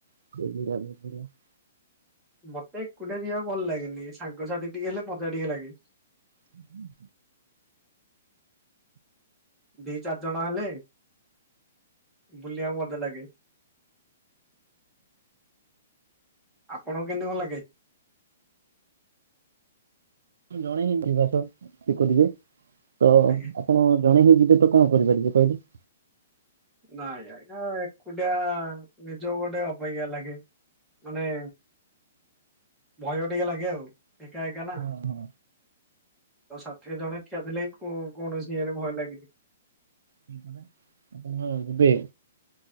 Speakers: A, on the right (about 75°); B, in the centre.
A: <unintelligible>
B: ମତେ ଏକୁଟିଆ ଯିବାକୁ ଭଲ ଲାଗେନି। ସାଙ୍ଗସାଥି ଟିକେ ହେଲେ ମଜା ଟିକେ ଲାଗେ।
A: <inaudible>
B: ଦି ଚାରି ଜଣ ହେଲେ ବୁଲିବାକୁ ମଜା ଲାଗେ। ଆପଣଙ୍କୁ କେମତି ଭଲ ଲାଗେ?
A: ଜଣେ ହିଁ ବିବାସ ଶିଖୁଥିବେ। ତ
B: ଆଜ୍ଞା?
A: ଆପଣ ଜଣେ ହେଇଯିବେ ତ କଣ କରିପାରିବେ କହିଲେ?
B: ନାଇଁ ଆଜ୍ଞା ଏକୁଟିଆ ନିଜକୁ ଗୋଟେ ଅବାଗିଆ ଲାଗେ। ମାନେ ଭୟ ଟିକେ ଲାଗେ ଆଉ। ଏକା ଏକା ନା।
A: ହଁ ହଁ
B: ଆଉ ସାଥିରେ ଜଣେ ଠିଆ ଥିଲେ। କୋ କୌଣସି ଇଏରେ ଭୟ ଲାଗେନି।
A: <unintelligible> ଆପଣ ହ ଯିବେ।